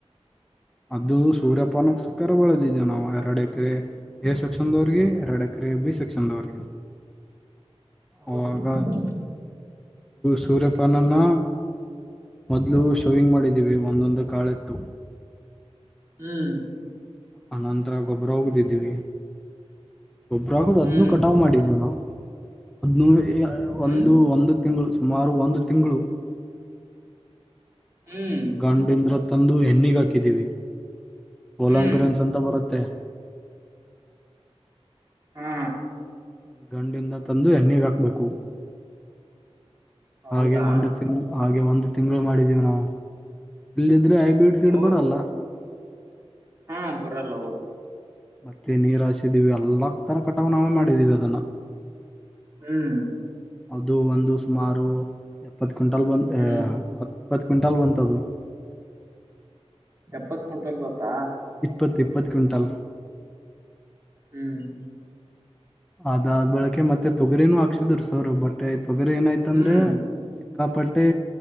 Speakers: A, in the centre; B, on the right.
A: ಅದು ಸೂರ್ಯಪಾನಕ್ ಸಕಾರ ಬಳೆದಿದ್ದೇವು ನಾವು ಎರಡು ಎಕರೆ ಎ ಸೆಕ್ಷನ್ದವ್ರಗೆ ಎರಡು ಎಕರೆ ಬಿ ಸೆಕ್ಕ್ಷನ್ಂದುವರಿಗೆರಿಗೆ
B: ಹೌದು
A: ಅವಾಗ ಸೂರ್ಯಪಣನ್ನ ಮೊದ್ಲು ಶೋವಿಂಗ್ ಮಾಡಿದ್ದೀವಿ ಒಂದೊಂದು ಕಾಳ ಇಟ್ಟು
B: ಹ್ಮ್
A: ಆನಂತರ ಗೊಬ್ಬರ ಹೋಗದಿದ್ದೀವಿ ಗೊಬ್ಬ್ರ ಆಗದು ಅದನ್ನು
B: ಹ್ಮ್
A: ಕಟಾವ್ ಮಾಡಿದೀವಿ ನಾವು ಅದ್ೂ
B: ಹ್ಮ್
A: ಒಂದು ಒಂದು ತಿಂಗಳು ಸುಮಾರು ಒಂದು ತಿಂಗಳು
B: ಹ್ಮ್
A: ಗಂಡಿದು ತಂದು ಹೆಣ್ಣಿಗ ಹಾಕಿದೀವಿ ಹೊಲಂಗರದಂತೆ
B: ಹ್ಮ್
A: ಭಾರತೆ
B: ಹ್ಮ್
A: ಅದು ಗಂಡಿಂದ ತಂದು ಎಣ್ಣಿಗೆ ಹಾಕಬೇಕು
B: ಹೌದಾ
A: ಹಾಗೆ ಒಂದು ತಿಂಗ್ ಹಾಗೆ ಒಂದು ತಿಂಗಳು ಮಾಡಿದ್ದೀವಿ ನಾವು ಇಲ್ಲ ಹೈಬ್ರಿಡ್ ಸಡ್
B: ಓ
A: ಬರಲ್ಲ
B: ಹಾ ಬರಲ್ಲ ಹೌದು
A: ಮತ್ತೆ ನೀರು ಹಾಸಿದ್ದೀವಿ ಎಲ್ಲ ತರ ಕಟಾವ ನಾವೇ ಮಾಡಿದ್ದೀವಿ ಅದನ್ನು
B: ಹ್ಮ್
A: ಹೌದು ಒಂದು ಸುಮಾರು ಎಪ್ಪತ್ ಕ್ವಿಂಟಲ್ ಬಂದು
B: ಹ್ಮ್
A: ಇಪ್ಪತ್ತು ಕ್ವಿಂಟಾಲ್ ಬಂತದ್ದು.
B: ಎಪ್ಪತ್ ಕ್ವಿಂಟಲ್ ಬಂತಾ
A: ಇಪ್ಪತ್ ಇಪ್ಪತ್ತು ಕ್ವಿಂಟಲ್.
B: ಹ್ಮ್
A: ಅದಾ ಆದ್ ಬೆಳಕೆ ಮತ್ತೆ ತೊಗರಿನೂ ಹಾಕ್ಸಿದ್ ಸರು ಬಟ್ ತೊಗರಿ ಏನಾಯ್ತಂದ್ರೆ
B: ಹ್ಮ್
A: ಸಿಕ್ಕಪಟ್ಟೆ